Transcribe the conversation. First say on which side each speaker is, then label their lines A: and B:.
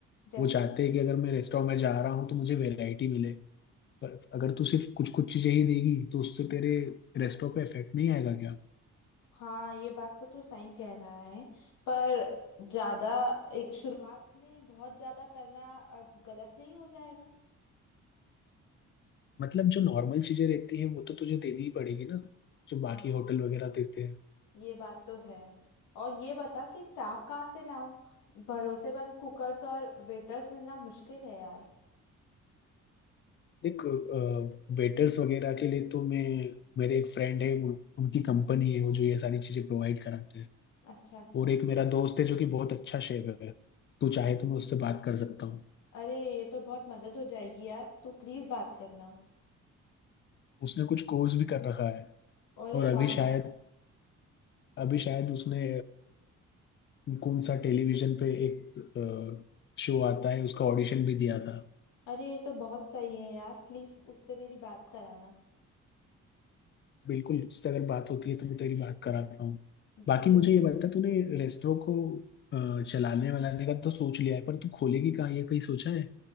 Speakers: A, on the left; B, on the left.
A: जैसे
B: वो चाहते
A: कि
B: हैं कि अगर मैं रेस्टोरेंट में जा रहा हूँ तो मुझे वैरायटी मिले पर अगर तू सिर्फ कुछ कुछ चीजें ही देगी तो उससे तेरे रेस्टोरेंट पे इफेक्ट नहीं आएगा क्या
A: हाँ ये बात तो तू सही कह रहा है पर ज्यादा एक शुरुआत में बहुत ज्यादा करना अ, गलत नहीं हो जाएगा
B: मतलब जो नॉर्मल चीजें रहती हैं वो तो तुझे देनी ही पड़ेगी ना जो बाकी
A: हाँ
B: होटल वगैरह देते हैं
A: ये बात तो है और ये बता कि स्टाफ कहाँ से लाऊं भरोसेमंद कुकर्स और वेटर्स मिलना मुश्किल है यार
B: देख वेटर्स वगैरह के लिए तो मैं मेरे एक फ्रेंड है उन- उनकी कंपनी है वो जो ये सारी चीजें प्रोवाइड कराते हैं
A: अच्छा अच्छा
B: और एक मेरा दोस्त है जो कि बहुत अच्छा शेफ है तू चाहे तो मैं उससे बात कर सकता हूँ
A: अरे ये तो बहुत मदद हो जाएगी यार तू प्लीज बात करना
B: उसने कुछ कोर्स भी कर रखा है
A: अरे
B: और अभी
A: वाह यार
B: शायद अभी शायद उसने कौन सा टेलीविजन पे एक शो आता है उसका ऑडिशन भी दिया था
A: अरे ये तो बहुत सही है यार प्लीज उससे मेरी बात कराना
B: बिल्कुल इससे अगर बात होती है तो मैं तेरी बात कराता हूँ बाकी
A: जी
B: मुझे
A: बिल्कुल
B: ये बता तूने रेस्टोरों को अ, चलाने वालाने का तो सोच लिया है पर तू खोलेगी कहाँ ये कहीं सोचा है